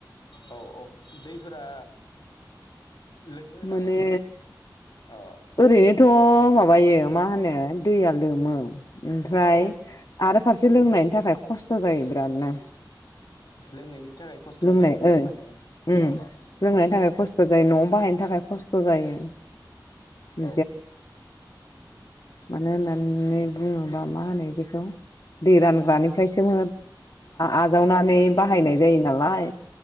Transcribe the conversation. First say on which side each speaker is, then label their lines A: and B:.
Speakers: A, on the left; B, on the left.
A: औ औ दैफोरा लोमो
B: माने
A: नामा? अ
B: ओरैनोथ माबायो मा होनो दैया लोमो ओमफ्राय
A: औ
B: आरो फारसे लोंनायनि थाखाय खस्थ जायो बिरादनो
A: लोंनायनि थाखाय खस्थ
B: लोंनाय
A: जायो
B: ओ
A: माने
B: उम
A: अ
B: लोंनायनि थाखाय खस्थ जायो नआव बाहायनो थाखाय खस्थ जायो <unintelligible>
A: औ
B: मानो होननानै बुंङोबा मा होनो बेखौ दै रानग्रानिफ्रायसोम आजावनानै बाहायनाय जायो नालाय